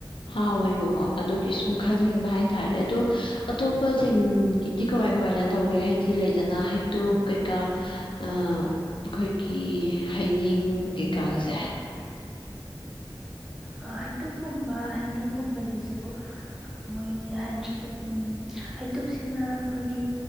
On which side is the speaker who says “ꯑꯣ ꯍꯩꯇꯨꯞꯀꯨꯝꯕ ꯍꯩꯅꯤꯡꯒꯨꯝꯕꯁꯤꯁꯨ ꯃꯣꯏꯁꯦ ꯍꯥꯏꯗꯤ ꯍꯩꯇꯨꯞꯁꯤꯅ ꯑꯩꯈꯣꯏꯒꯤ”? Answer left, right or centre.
Centre